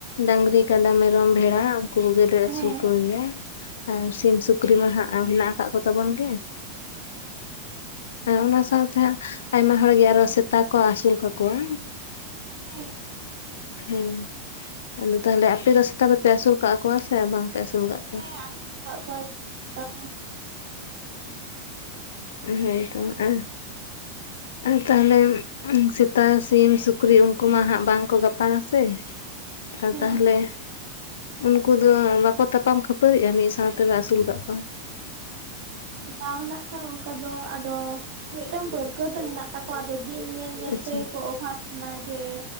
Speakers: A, on the left; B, on the right.
A: ᱰᱟᱝᱨᱤ, ᱠᱟᱰᱟ, ᱢᱮᱨᱚᱢ, ᱵᱷᱮᱲᱟ ᱩᱱᱠᱩ ᱠᱚ ᱜᱮᱞᱮ ᱟᱹᱥᱩᱞ
B: ᱦᱮᱸ
A: ᱠᱚᱜᱮᱭᱟ ᱟᱨ ᱥᱤᱢ ᱥᱩᱠᱨᱤ ᱢᱟ ᱦᱟᱸᱜ ᱢᱮᱱᱟᱜᱮ ᱟᱠᱟᱫ ᱠᱚᱛᱟᱵᱚᱱ ᱜᱮ᱾ ᱦᱮᱸ ᱚᱱᱟ ᱥᱟᱶᱛᱮ ᱦᱟᱸᱜ ᱟᱭᱢᱟ ᱦᱚᱲᱜᱮ ᱟᱨᱚ ᱥᱮᱛᱟ ᱠᱚ ᱟᱹᱥᱩᱞ ᱠᱟᱠᱚᱣᱟ᱾
B: ᱦᱮᱸ
A: ᱦᱮᱸ ᱟᱫᱚ ᱛᱟᱦᱚᱞᱮ ᱟᱯᱮ ᱫᱚ ᱥᱮᱛᱟ ᱫᱚᱯᱮ ᱟᱹᱥᱩᱞ ᱠᱟᱜ ᱠᱚᱣᱟ ᱥᱮ ᱵᱟᱝ ᱯᱮ ᱟᱹᱥᱩᱞ ᱠᱟᱜ ᱠᱚᱣᱟ?
B: ᱦᱮᱸ ᱟᱹᱥᱩᱞ ᱠᱟᱜ ᱠᱚᱣᱟᱞᱮ ᱥᱮᱛᱟ,
A: ᱦᱮ ᱦᱳᱭ ᱛᱚ ᱟᱨ, ᱟᱨ ᱛᱟᱦᱞᱮ ᱥᱮᱛᱟ, ᱥᱤᱢ, ᱥᱩᱠᱨᱤ ᱩᱱᱠᱩ ᱢᱟ ᱦᱟᱜ ᱵᱟᱝᱠᱚ ᱜᱟᱯᱟ ᱥᱮ᱾ ᱟᱨ
B: ᱦᱮᱸ
A: ᱛᱟᱦᱚᱞᱮ ᱩᱱᱠᱩ ᱫᱚ ᱵᱟᱠᱚ ᱛᱟᱯᱟᱢ ᱠᱷᱟᱹᱯᱟᱹᱨᱤᱜᱼᱟ ᱢᱤᱫ ᱥᱟᱶᱛᱮᱯᱮ ᱟᱹᱥᱩᱞ ᱟᱠᱟᱫ ᱠᱚᱣᱟ?
B: ᱵᱟᱝ ᱦᱟᱸᱜ ᱠᱷᱟᱱ ᱚᱱᱠᱟ ᱫᱚ ᱟᱫᱚ ᱢᱤᱫᱴᱟᱝ ᱯᱟᱹᱨᱠᱟᱹᱣ ᱫᱚ ᱦᱮᱱᱟᱜ ᱛᱟᱠᱚᱣᱟ ᱟᱫᱚ ᱫᱤᱱ ᱧᱮᱞ ᱧᱮᱞ
A: ᱟᱪᱪᱷᱟ
B: ᱛᱮᱠᱚ ᱚᱵᱷᱟᱥ ᱞᱮᱱᱟ ᱡᱮ